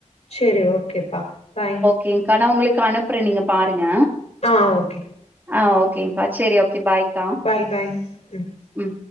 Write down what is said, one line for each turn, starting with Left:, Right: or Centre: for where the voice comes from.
Left: சரி ஓகேப்பா பாய்
Right: கேக்ங்கானா உங்களுக்கு அனுப்புறே நீங்க பாருங்க
Left: ஆ ஓகே
Right: ஆ ஓகேங்க்கா சரி ஓகே பாய் கா
Left: பாய் பாய் ம்
Right: உம்